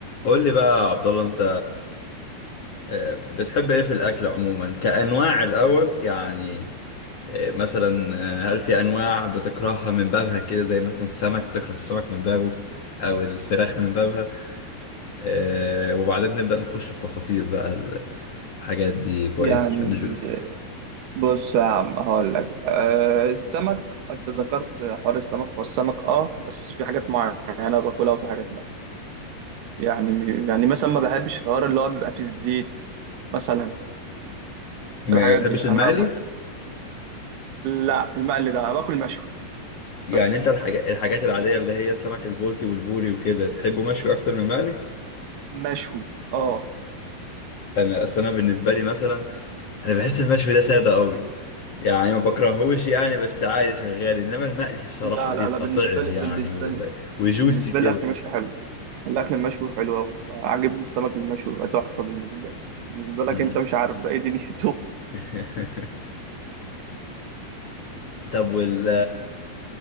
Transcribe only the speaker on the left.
قول لي بقى يا عبد الله انت آه، بتحب ايه في الاكل عموما كانواع الاول يعني آه، مثلا آه، هل في انواع بتكرهها من بابها كده زي مثلا السمك بتكره السمك من بابه او الفراخ من بابها آه، وبعدين نبدا نخش في تفاصيل بقى ال- الحاجات دي كويس
عشان نشوف
ما
تحبش
المقلي
يعني
انت الحاجات الحاجات العاديه اللي هي السمك البلطي والبوري وكده تحبه مشوي اكتر من المقلي
انا اصل انا بالنسبه لي مثلا انا بحس المشوي ده ساده قوي يعني ما بكرهوش يعني بس عادي شغال انما المقلي بصراحة
بيبقى
طعم
يعني
و...
وجوسي
كده
مم.
<laughs> طب وال